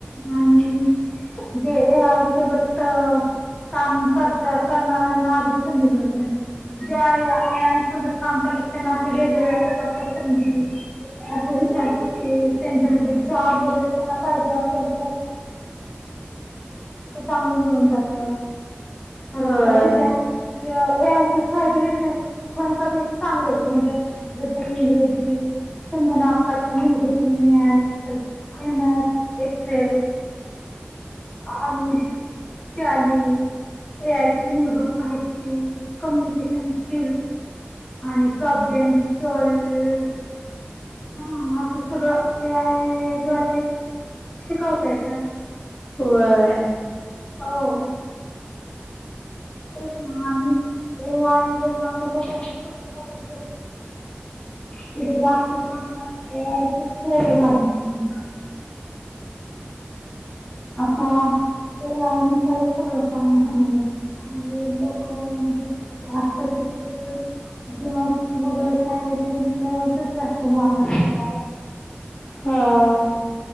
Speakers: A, on the left; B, on the left.
A: आणि जे ए आय सोबत काम करत करणाऱ्यांना अधिक संधी मिळेल म्हणजे ए आय सोबत काम करत त्यांना असे वेगवेगळ्या प्रकारच्या संधी मिळतील असं विचारत की त्यांचं म्हणजे जॉब वगैरे त्यांना पाहिजे असेल तर तर चांगलं मिळून जात परत
B: होय
A: विद्या या यायचे फायदेेत त्यांसाठी चांगले म्हणजे. इंग्रजी संगनाकाच्या मूलभूत्. केन एक्सेल आणि टॅली, ए आयची मूलभूत माहिती, कम्युनिकेशन स्किल्स. आणि प्रॉब्लेम सॉल्व. हम्म असं सगळं ए आय, दवारे शिकवता येत.
B: होय.
A: हो, ते च ना आणि, ए आय वरून आता लोकांच्या सगळे <unintelligible> पुढे जास्त प्रमाणय ए आय, शेार म. आता तेनसच खर काम होणारे. लोक म्हणजे वापताच. ज वगैरे काय म्हजेच जास्त वापर करणार आहे.
B: हम.